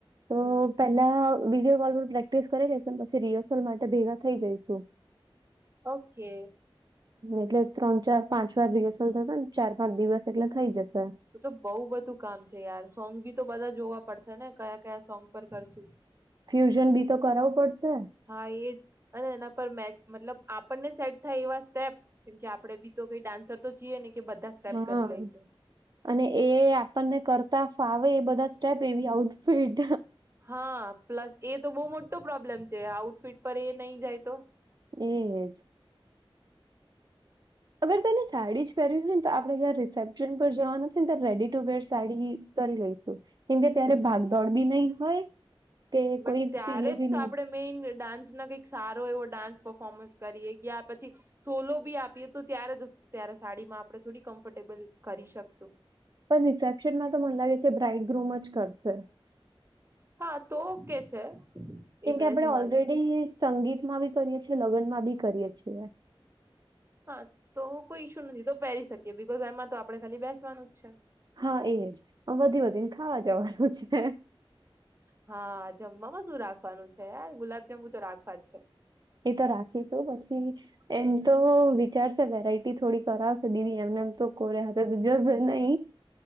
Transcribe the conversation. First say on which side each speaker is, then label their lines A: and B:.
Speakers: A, on the right; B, on the right.
A: હમ
B: તો. પેલા વિડીયો કોલ પર પ્રેક્ટિસ કરી લઈશ પછી રિહર્સલ માટે ભેગા થઈ જઈશુ.
A: ઓકે.
B: એટલે ત્રણ ચાર પાંચ વાર રિહર્સલ થશે ને ચાર પાંચ દિવસ એટલે થઈ જશે.
A: તો તો બઉુ બધું કામ છે યાર સોંગ ભી તો બધા જોવા પડશે ને કયા કયા સોંગ પર કરશું.
B: ફ્યુઝન બી તો કરાવું પડશે.
A: હા એ જ અને એના પર મેચ મતલબ આપણને સેટ થાય એવા સ્ટેપ કેમ કે આપડે બી તો કઈ ડાન્સર તો છીએ ને કે બધા સ્ટેપ
B: હા
A: કરી લઈશું.
B: અને એ આપણને કરતા ફાવે એ બધા સ્ટેપ એવી આઉટફિટ
A: હા પ્લસ એ તો બહુ મોટો પ્રોબ્લેમ છે આઉટફિટ પર એ નહી જાય તો.
B: એજ. અગર તને સાડી જ પહેર્યું હોય ને તો આપડણે જ્યાં રિસેપ્શન પર જવાનું છે ને ત રેડી ટુ બેર સાડી કરી લઈશું કેમકે ત્યારે ભાગદોડ બી નહી હોય કે
A: બટ
B: કોઈ
A: ત્યારે
B: પીલું
A: જ
B: બી
A: તો
B: નહી
A: આપણે મેઈન ડાન્સ ના કંઈક સારો એવો ડાન્સ પર્ફોર્મન્સ કરીએ કે્યા પછી સોલો બી આપીએ તો ત્યારે જ ત્યારે સાડીમાં આપડણે થોડી કમ્ફર્ટેબલ કરી શકશું.
B: પણ રિસેપ્શનમાં તો મને લાગે છે બ્રાઇટ ગ્રુમ જ કરશે.
A: હા તો ઓકે છે.
B: કેમકે
A: એ બે
B: આપણે
A: જ
B: ઓલરેડી
A: હોય તો
B: સંગીત માં બી કરીએ છીએ લગનમાં બી કરીએ છીએ.
A: હા તો કોઈ ઇશ્યુ નથી તો પહેરી શકીએ બીકોઝ એમાં તો આપડણે ખાલી બેસવાનું જ છે.
B: હા એજ વધી વધી ને ખાવા જવાનું છે.
A: હા જમવામાં શું રાખવાનું છે યાર ગુલાબ જમમુ તો રાખવા જ છે.
B: એ તો રાખીશું પછી એમ તો વિચારશે વેરાઈટી થોડી કરાવશે દીદી એમને એમ તો કોરે હાથે <unintelligible> નહી